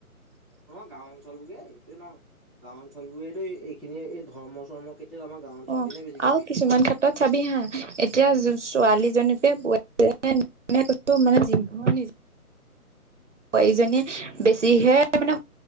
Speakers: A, in the centre; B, on the right.
A: অঁ গাঁও অঞ্চল বুলিয়ে এইতোৱে ন। গাঁও অঞ্চল বোৰেতো এইখিনিয়ে এই ধৰ্ম চৰ্ম কেতিয়ত আমা গাঁও অঞ্চলখিনিয়ে
B: অ
A: বেছিকে
B: আৰু
A: পিছ
B: কিছুমান
A: পৰা।
B: চাবি হা, এতিয়া জো ছোৱালীজনীকে ৱে <inaudible> নে কৈছো মানে যিমান ইজি - হয় ইজনীয়ে বেছিহে মানে-